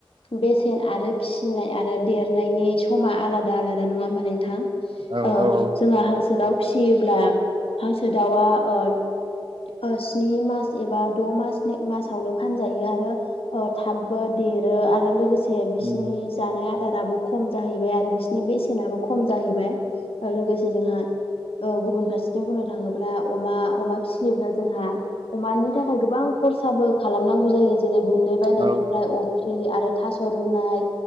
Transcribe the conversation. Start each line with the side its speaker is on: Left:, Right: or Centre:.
Left: बेसेन आरो फिसिनाय आरो देरनायनि समा आलादा आलादा नङा होमबा नोंथां अ
Right: औ औ
Left: जोंहा हांसो दाउ फिसियोब्ला हांसो दाउआ ओ अ स्नि मास एबा द' मासनि मासावनो फानजायो आरो थाबबो देरो आरो लोगोसे बिसनि
Right: उम
Left: जानाय आदार आबो खम जाहैबाय आरो बिसिनि बेसेनाबो खम जाहैबाय लोगोसे जोंहा औ गुबुन फारसेथिं बुंनो थाङोब्ला अमा अमा फिसियोब्ला जोंहा अमानि थाखाय गोबां गोबां खरसाबो खालामनांगौ जायो जेरै गुन्दै बायनायनिफ्राय
Right: औ
Left: अफ फ्रि आरो थास' रुनाय